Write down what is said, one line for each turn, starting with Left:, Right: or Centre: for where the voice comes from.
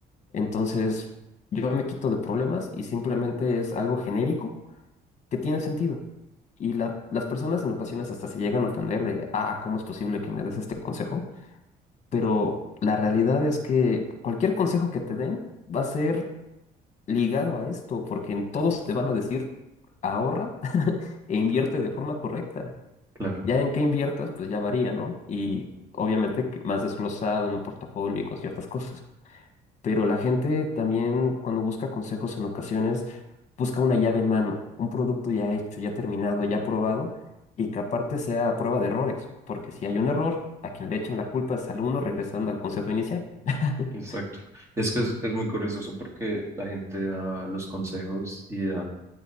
Left: Entonces, yo me quito de problemas y simplemente es algo genérico que tiene sentido. Y la- las personas en ocasiones hasta se llegan a ofender de, ah, ¿cómo es posible que me des este consejo? Pero la realidad es que cualquier consejo que te den va a ser ligado a esto, porque en todos te van a decir ahorra <laughs> e invierte de forma correcta.
Right: Claro,
Left: Ya en qué inviertas, pues ya varía, ¿no? Y obviamente que más desglosado en un portafolio y con ciertas cosas. Pero la gente también cuando busca consejos en ocasiones busca una llave en mano, un producto ya hecho, ya terminado, ya probado y que aparte sea a prueba de errores, porque si hay un error, a quien le echan la culpa es al uno regresando al consejo inicial. <laughs>
Right: exacto. Es que es, es muy curioso eso porque la gente da los consejos y dan